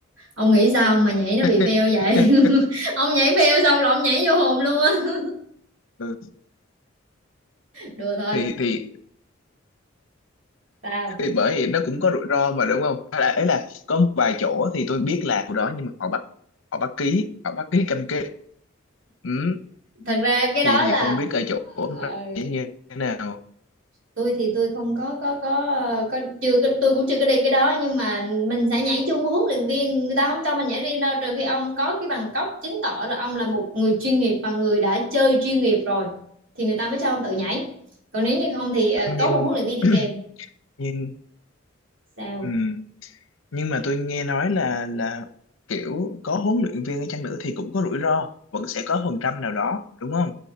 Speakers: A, on the right; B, on the left.
A: Ông nghĩ sao mà nhảy nó
B: <laughs>
A: bị fail vậy? <laughs> Ông nhảy fail xong là ông nhảy vô hồn luôn á.
B: Ừ,
A: Đùa thôi.
B: thì thì
A: Sao?
B: thì bởi vì nó cũng có rủi ro mà đúng không Hay là ấy là có một vài chỗ thì tôi biết là chỗ đó nhưng mà họ bắt họ bắt ký họ bắt ký cam kết ừ,
A: thật ra cái đó
B: thì thì
A: là
B: không biết ở chỗ
A: ờ,
B: này như thế nào
A: tôi thì tôi không có có có có chưa có, tôi cũng chưa có đi cái đó nhưng mà mình sẽ nhảy chung với huấn luyện viên người ta không cho mình nhảy riêng đâu trừ khi ông có cái bằng cấp chứng tỏ là ông là một người chuyên nghiệp và người đã chơi chuyên nghiệp rồi thì người ta mới cho ông tự nhảy còn nếu như không thì ờ,
B: nhưng
A: có một huấn luyện viên đi
B: <clears throat>
A: kèm
B: nhưng
A: sao
B: Ừ. Nhưng mà tôi nghe nói là là kiểu có huấn luyện viên ở chăng nữa thì cũng có rủi ro vẫn sẽ có phần trăm nào đó đúng không